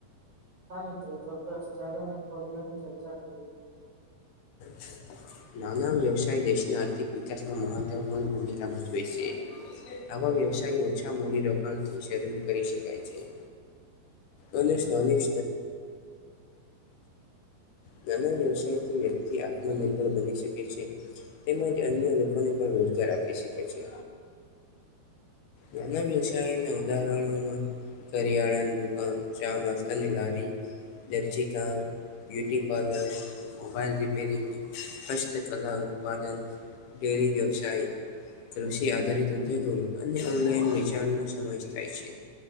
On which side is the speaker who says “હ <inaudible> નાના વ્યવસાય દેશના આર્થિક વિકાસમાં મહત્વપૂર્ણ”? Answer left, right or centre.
Left